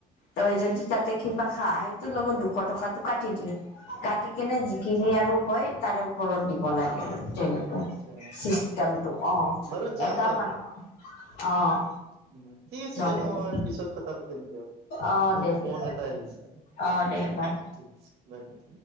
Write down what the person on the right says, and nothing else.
আচ্ছা
আচ্ছা
বাৰু যাম
উম, ঠিক আছে
দিয়ক
মই পিছত কথা পাতিম দিয়ক
মোৰ
ফোন
এটা আহিছে।
ঠিক আছে বাই-বাই।